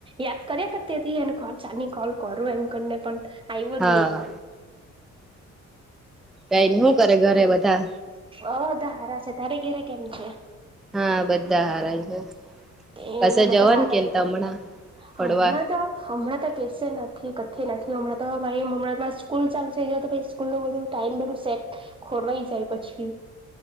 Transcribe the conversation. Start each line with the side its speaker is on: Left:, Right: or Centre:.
Right: યાદ કર્યા કરતી હતી એને કોલ ચા. કોલ કરું એમ કરીને પણ આવ્યો
Centre: હા
Right: જ નહી.
Centre: કઈ હું કરે ઘરે બધા.
Right: અધા હારા છે તારે ઘેરે કેમ છે.
Centre: હા બધા હારા છે.
Right: તેને
Centre: કશે
Right: બધા
Centre: જવાનું
Right: હા
Centre: કે હમણાં ફડવા
Right: હમણાં તો હમણાં તો કેશે નથી. તે નથી હમણાં તો ભાઈ હમણાં સ્કૂલ ચાલુ થ જ તો સ્કૂલ ન બધું ટાઈઇમ બધું સેટ ખોરવાઈ જાય. પછી.